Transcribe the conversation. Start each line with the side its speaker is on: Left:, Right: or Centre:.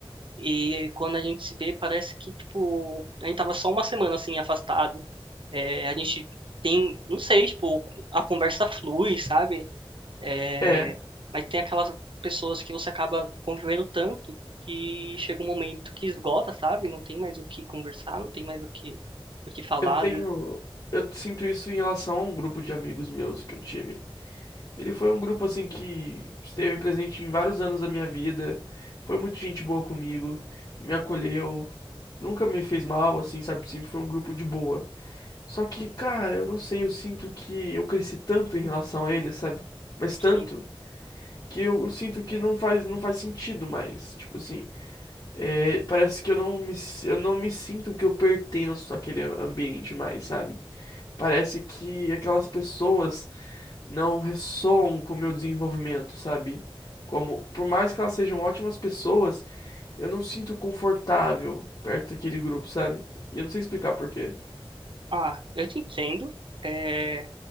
Right: e quando a gente se vê, parece que, tipo, a gente tava só uma semana, assim, afastado. É, a gente tem, não sei, tipo, a conversa flui, sabe? É,
Left: É,
Right: mas tem aquelas pessoas que você acaba convivendo tanto que chega um momento que esgota, sabe? Não tem mais o que conversar, não tem mais o que, o que falar.
Left: eu tenho,
Right: Às vezes,
Left: eu sinto isso em relação a um grupo de amigos meus que eu tive. Ele foi um grupo assim que esteve presente em vários anos da minha vida. Foi muito gente boa comigo, me acolheu, nunca me fez mal, assim, sabe? Sempre foi um grupo de boa. Só que, cara, eu não sei, eu sinto que eu cresci tanto em relação a ele, sabe? Mas tanto
Right: assim,
Left: que eu, eu sinto que não faz, não faz sentido mais. Tipo assim, é, parece que eu não me, s- eu não me sinto que eu pertenço àquele ambiente mais, sabe? Parece que aquelas pessoas não ressoam com o meu desenvolvimento, sabe? Como, por mais que elas sejam ótimas pessoas, eu não sinto confortável perto daquele grupo, sabe? E eu não sei explicar por quê.
Right: ah, eu te entendo. É,